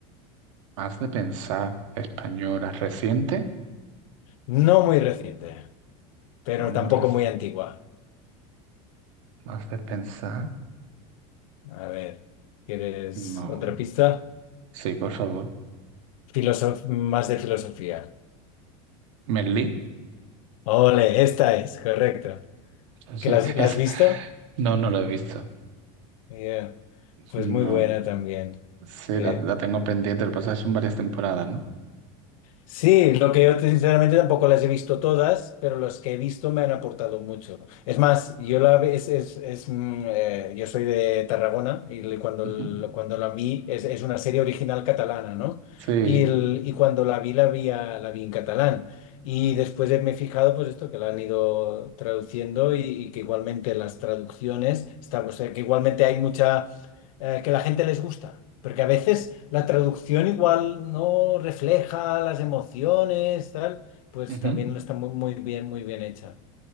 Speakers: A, on the right; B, on the left.
A: más de pensar, española, reciente,
B: No muy reciente. pero
A: no muy
B: tampoco
A: reciente,
B: muy antigua.
A: más de pensar,
B: A ver, ¿quieres
A: no.
B: otra pista?
A: Sí, por favor.
B: Filosof- más de filosofía.
A: Merlí.
B: Ole, esta es, correcto.
A: Sí,
B: ¿Que las- la,
A: Es-
B: has visto?
A: no, no lo he visto.
B: Yeah. Pues
A: No,
B: muy buena también.
A: sí,
B: Eh,
A: la, la tengo pendiente. Lo que pasa es que son varias temporadas, ¿no?
B: Sí, lo que yo te- sinceramente tampoco las he visto todas, pero las que he visto me han aportado mucho. Es más, yo la ve- es, es, es, mm, eh, yo soy de Tarragona y le- cuando,
A: Ujú.
B: l- cuando la vi es, es una serie original catalana, ¿no?
A: Sí,
B: Y, el- y cuando la vi la vi, a- la vi en catalán. Y después he- me he fijado pues esto que la han ido traduciendo y, y que igualmente las traducciones, estamos, que igualmente hay mucha eh, que la gente les gusta, porque a veces la traducción igual no refleja las emociones, tal, pues
A: ujú.
B: también no está muy, muy bien, muy bien hecha.